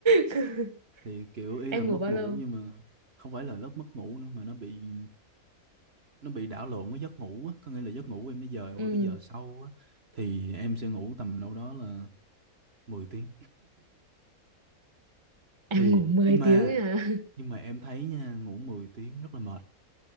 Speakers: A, on the right (about 20°); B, on the right (about 45°).
A: <laughs>
B: thì kiểu ý
A: Em
B: là mất
A: ngủ bao
B: ngủ
A: lâu?
B: nhưng mà không phải là lớp mất ngủ nữa mà nó bị nó bị đảo lộn với giấc ngủ á có nghĩa là giấc ngủ em nó dời
A: Ừ.
B: qua cái giờ sau á thì em sẽ ngủ tầm đâu đó là mười tiếng
A: Em
B: thì
A: ngủ 10
B: nhưng mà
A: tiếng ấy à? <laughs>
B: nhưng mà em thấy nha ngủ 10 tiếng rất là mệt